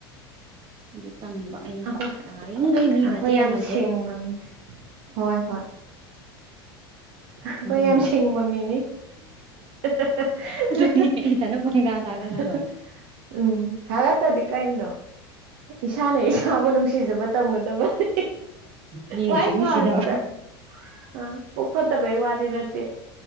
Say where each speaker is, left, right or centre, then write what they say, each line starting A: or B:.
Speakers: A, on the right; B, on the right.
A: ꯑꯗꯨ ꯇꯥꯅꯤꯡꯕ ꯑꯩꯅ
B: ꯑꯩꯈꯣꯏ
A: ꯌꯥꯔꯤꯈꯩ ꯃꯤ
B: ꯑꯩꯈꯣꯏ
A: ꯃꯇꯦꯡꯒꯁꯦ
B: ꯌꯥꯝ ꯁꯤꯡꯕ ꯃꯤꯅꯦ ꯍꯣꯏ ꯍꯣꯏ ꯑꯩꯈꯣꯏ
A: ꯑꯗꯨꯅꯦ
B: ꯌꯥꯝ ꯁꯤꯡꯕ ꯃꯤꯅꯤ <unintelligible>
A: ꯑꯗꯨꯅꯦ ꯏꯊꯟꯗ ꯄꯪꯇꯥ ꯇꯥꯒꯠꯂ ꯂꯣꯏꯔꯦ
B: ꯎꯝ ꯊꯒ ꯇꯗꯤ ꯀꯥꯏꯅꯣ ꯏꯁꯥꯅ ꯏꯁꯥꯕꯨ ꯅꯨꯡꯁꯤꯖꯕ ꯇꯝꯒꯗꯕꯅꯤ
A: ꯃꯤ ꯅꯨꯡꯁꯤ
B: ꯭ꯋꯥꯏ
A: ꯅꯨꯡꯁꯤꯗꯕ
B: ꯐꯥꯁ ꯑ ꯐ ꯐꯠꯇꯕꯩ ꯋꯥꯗꯤ ꯅꯠꯇꯦ